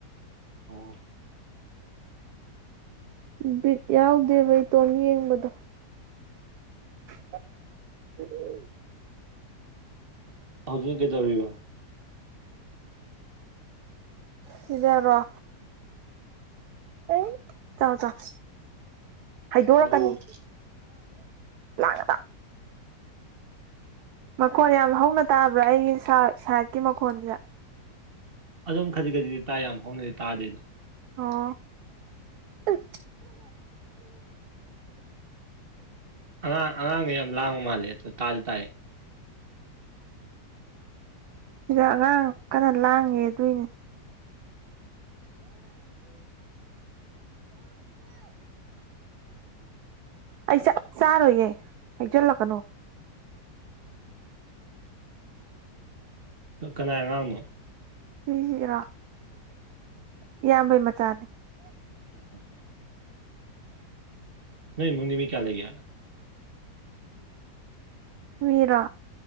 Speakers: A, on the right; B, on the right.
A: ꯑꯣ
B: ꯕꯤꯠ ꯌꯥꯎꯗꯦꯕ ꯏꯇꯣꯝ ꯌꯦꯡꯕꯗꯣ꯫ ꯎ꯫
A: ꯍꯧꯖꯤꯛꯅ ꯀꯩꯗꯧꯔꯤꯕ
B: ꯁꯤꯗꯔꯣ ꯑꯦ ꯇ ꯇ ꯍꯥꯏꯩꯗꯣꯔꯛꯀꯅꯤ
A: ꯍꯜꯂꯣ
B: ꯂꯥꯡꯑꯗ ꯃꯈꯣꯟ ꯌꯥꯝ ꯍꯧꯅ ꯇꯥꯕ꯭ꯔꯥ ꯑꯩꯒꯤ ꯁꯥꯏꯠꯀꯤ ꯃꯈꯣꯟꯁꯦ
A: ꯑꯗꯨꯝ ꯈꯖꯤꯛ ꯈꯖꯤꯛꯇꯗꯤ ꯇꯥ ꯌꯥꯝ ꯍꯧꯅꯗꯤ ꯇꯥꯗꯦꯕ
B: ꯑ꯫
A: ꯑꯉꯥꯡ ꯑꯉꯥꯡꯒ ꯌꯥꯝ ꯂꯥꯡꯕ ꯃꯥꯜꯂꯦ ꯑꯗꯣ ꯇꯥꯜ ꯇꯥꯏ
B: ꯁꯤꯗ ꯑꯉꯥꯡ ꯀꯟꯅ ꯂꯥꯡꯉꯦ ꯑꯗꯨꯏꯅꯦ꯫
A: <unintelligible>
B: ꯑꯩ ꯆꯥꯔꯣꯏꯌꯦꯦ ꯍꯩꯖꯤꯜꯂꯛꯀꯅꯣ
A: ꯀꯅꯥ ꯑꯉꯥꯡꯅꯣ
B: ꯁꯤ ꯍꯔꯥ꯫ ꯏꯌꯥꯝꯕꯩ ꯃꯆꯥꯅꯤ
A: ꯎꯝ ꯅ ꯃꯅꯤꯃꯤ ꯀꯌꯥ ꯂꯩꯒꯦ
B: ꯃꯤꯔ